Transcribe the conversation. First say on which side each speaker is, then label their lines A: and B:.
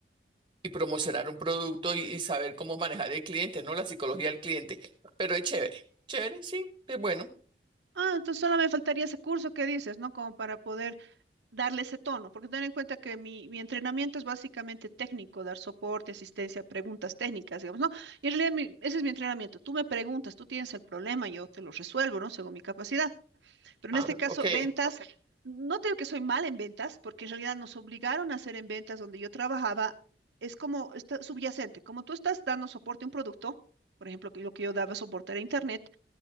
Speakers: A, on the right; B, on the right.
A: y promocionar un producto y, y saber cómo manejar el cliente, ¿no? La psicología del cliente. Pero es chévere, chévere, sí, es bueno.
B: Ah, entonces solo me faltaría ese curso que dices, ¿no? Como para poder darle ese tono, porque ten en cuenta que mi, mi entrenamiento es básicamente técnico, dar soporte, asistencia, preguntas técnicas, digamos, ¿no? Y en realidad mi- ese es mi entrenamiento. Tú me preguntas, tú tienes el problema, yo te lo resuelvo, ¿no? Según mi capacidad. Pero
A: Ah,
B: en este caso,
A: ok,
B: ventas, Ok. no te digo que soy mal en ventas, porque en realidad nos obligaron a hacer en ventas donde yo trabajaba, es como está subyacente, como tú estás dando soporte a un producto. Por ejemplo, que lo que yo daba soporte era Internet,